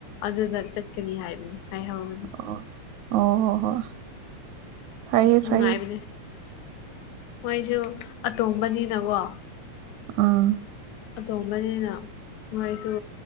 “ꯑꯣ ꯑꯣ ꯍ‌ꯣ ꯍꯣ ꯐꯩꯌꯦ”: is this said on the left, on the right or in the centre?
Right